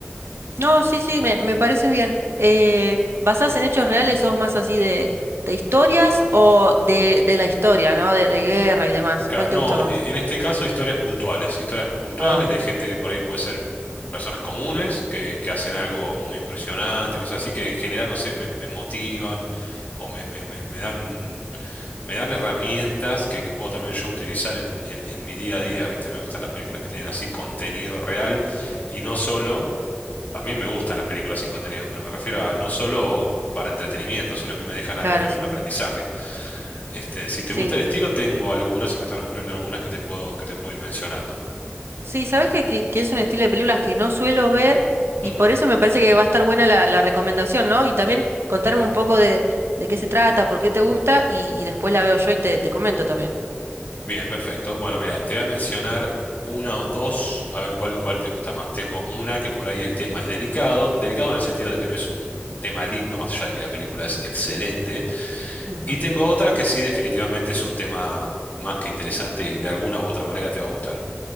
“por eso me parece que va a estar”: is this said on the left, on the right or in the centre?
Right